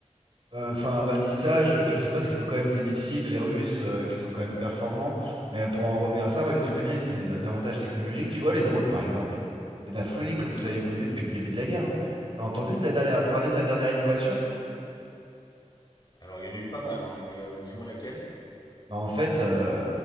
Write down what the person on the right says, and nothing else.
euh, enfin,
balistage, je sais pas, parce qu'ils ont quand même des missiles, les Russes, euh, qui sont quand même performants. Mais pour en revenir à ça, ouais, les Ukrainiens ils utilisent l- l'avantage technologique. Tu vois, les drones par exemple, c'est de la folie comme ça
a évolué depuis le début de la guerre. hein. T'as entendu de la dernière... parler de la dernière innovation?
Bah, en fait, euh,